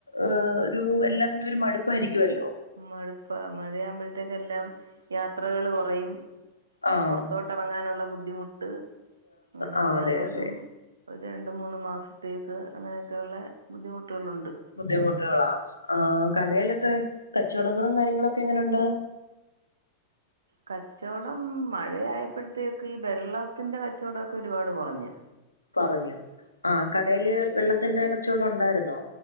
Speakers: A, on the left (about 85°); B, on the right (about 70°).
A: ഏഹ് ഒരു എല്ലാത്തിനും ഒരു മടുപ്പായിരിക്കുവല്ലോ.
B: മഴുപ്പാ. മഴയാമ്പഴത്തേക്കെല്ലാം യാത്രകള് കൊറയും.
A: ആഹ്
B: പുറത്തോട്ട് ട്ടറങ്ങാനുള്ള ബുദ്ധിമുട്ട്. അങ്ങനെ
A: ആഹ്
B: എല്ലാം
A: അതെ
B: കൊണ്ടും
A: അതെ
B: ഒരു രണ്ട് മൂന്ന് മാസത്തേക്ക് അങ്ങനെയൊക്കെയുള്ള ബുദ്ധിമുട്ടുകളുണ്ട്.
A: ബുദ്ധിമുട്ടുകളാ ആഹ് കടേലൊക്കെ കച്ചവടങ്ങളും കാര്യങ്ങളൊക്കെ എങ്ങനുണ്ട്.
B: കച്ചവടം മഴയായപ്പഴത്തേക്ക് ഈ വെള്ളത്തിൻ്റെ കച്ചവടോക്കെ ഒരുപാട് കൊറഞ്ഞ്
A: കൊറഞ്ഞു. ആഹ് കടയില് വെള്ളത്തിന്റെ കച്ചോടോണ്ടായിരുന്നോ?